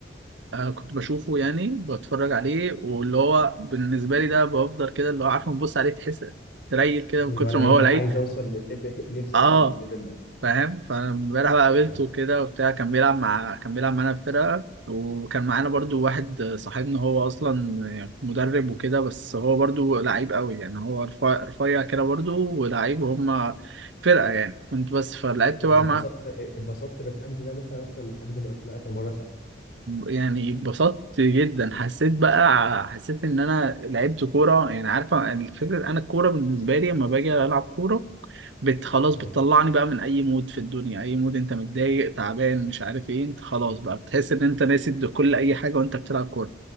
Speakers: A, on the right (about 75°); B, on the left (about 55°).
A: آه كنت بشوفه يعني بتفرج عليه واللي هو بالنسبه لي ده بفضل كده اللي هو عارفه بنبص عليه تحس تريل كده من
B: اللي
A: كتر
B: هو انا
A: ما
B: عايز
A: هو لعيب
B: عايز اوصل للليفل <laughs> نفسي
A: اه
B: اوصل للليفل ده
A: فاهم فامبارح بقى قابلته
B: اه
A: كده وبتاع كان بيلعب مع كان بيلعب معانا في فرقة وكان معانا برضو واحد صاحبنا هو اصلا يعني مدرب وكده بس هو برضو لعيب قوي يعني هو رفيع رفيع كده برضو ولعيب وهم فرقة يعني كنت بس فلعبت
B: يعني
A: بقى
B: اتبسطت
A: معاه
B: اتبسطت بالحجز ده مثلا اكتر من الحجز اللي رحناه اخر مره سبت
A: يعني اتبسطت جدا حسيت بقى حسيت ان انا لعبت كوره يعني عارفه الفكره انا الكوره بالنسبه لي لما باجي العب كوره بت خلاص
B: اه
A: بتطلعني بقى من اي مود في الدنيا اي مود انت متضايق تعبان مش عارف ايه انت خلاص بقى بتحس ان انت ناسي كل اي حاجه وانت بتلعب كوره